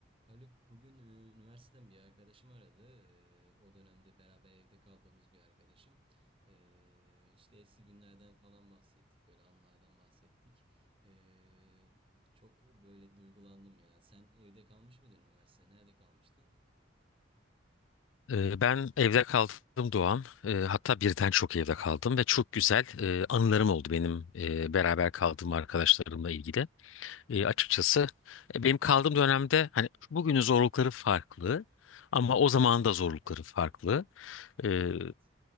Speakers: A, on the right; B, on the left.
A: Haluk bugün e, üniversiteden bir arkadaşım aradı. E, o dönemde beraber evde kaldığımız bir arkadaşım. E, işte eski günlerden falan bahsettik. Böyle anılardan bahsettik. E, çok böyle duygulandım ya. Sen evde kalmış mıydın üniversitede? Nerede kalmıştın?
B: Ee, Ben evde kaldım Doğan. Ee, Hatta birden çok evde kaldım ve çok güzel e, anılarım oldu benim e, beraber kaldığım arkadaşlarımla ilgili. E,
A: Evet.
B: Açıkçası e, benim kaldığım dönemde hani bugünün zorlukları farklı ama o zamanın da zorlukları farklı. Ee,
A: Evet.